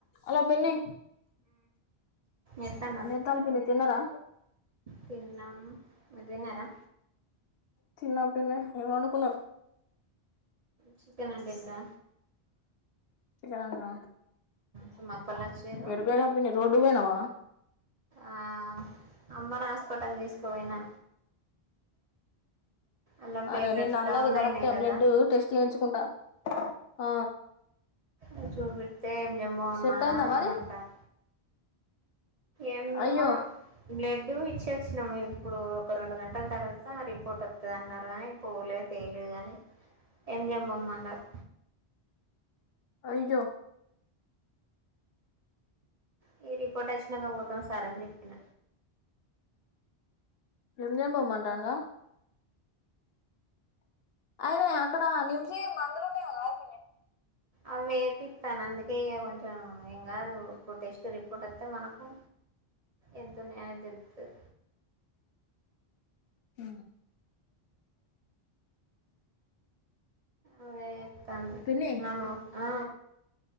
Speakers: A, on the left; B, on the right.
A: హలో పిన్ని
B: ఎత్తన్నారు
A: ఏం చేతఆండ్రూ పిన్ని తిన్నారా
B: తిన్నాం మీర్ తిన్నారా
A: తినం పిన్ని ఏమ్ వండుకున్నారు
B: చికెన్ వండిండ్రా
A: చికెన్ వండినా
B: సుమక్కలోచిన్డ్రు
A: ఎటు పోయినవ్ పిన్ని రోడ్డుకు పోయినవా
B: ఆ అమ్మను హాస్పిటల్ తీసుకుపోయినా అలా ప్లేట్లెట్స్
A: అరే నిన్ననది
B: డౌన్
A: కరెక్ట్
B: అయినాయి కదా
A: బ్లడ్ టెస్ట్ చేయించుకుంటాను ఆ
B: అ చూపెడితే ఏంమ్మో అమ్మా
A: సెట్ అయిందా మరి
B: అని అంటారు ఏమో
A: అయ్యో
B: బ్లడ్ ఇడు ఇచ్చ వచ్చినము ఇప్పుడు ఒక రెండు గంటల తర్వాత రిపోర్ట్ వత్తది అన్నారు కానీ పోలే చేలే కాని ఏం చెమ్ పో మ న్నారు
A: అయ్యో
B: మీ రిపోర్ట్ వచ్చినాక పోతాం సార్ అని చెప్పిన
A: నేన్ పొమ్మంటఅండ అయినే అక్కడ నిమ్మి మందులున్నాయి గానే
B: అవే పిత్తా నందుకే ఇయగ యా ఏంకాదు ఓ టెస్ట్ రిపోర్ట్ వస్తే మనకు ఎంతో ఉన్నాయో తేలుల్తది
A: హ
B: అవ్వ త్తంది
A: పిన్ని
B: అనో ఆ